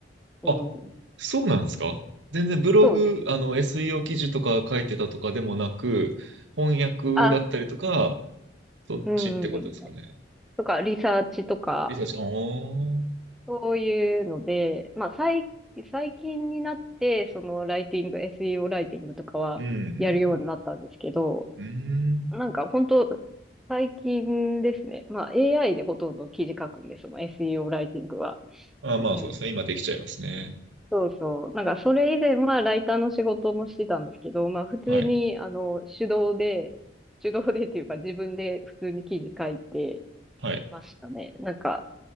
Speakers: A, in the centre; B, on the right (about 85°).
A: うん。
B: あ、そうなんですか全然ブログ、
A: そうです。
B: あの、SEO 記事とか書いてたとかでもなく、翻訳だったりとか、
A: あ、
B: そっちってことですかね。
A: うんうんうん。とか、リサーチとか、
B: リサーチ、ああ、うん
A: そういうので、まあ、最、最近になって、その、ライティング、SEO ライティングとかは、
B: うん
A: やるようになったんですけど、
B: うん。うん。
A: なんか、本当最近ですね。まあ、AI でほとんど記事書くんです、その SEO ライティングは。
B: ああ、まあそうですね。
A: うん。
B: 今できちゃいますね。
A: そうそう。なんか、それ以前はライターの仕事もしてたんですけど、まあ、普通に、
B: はい。
A: あの、手動で、手動でっていうか、自分で普通に記事書いて、
B: はい。
A: ましたね。なんか、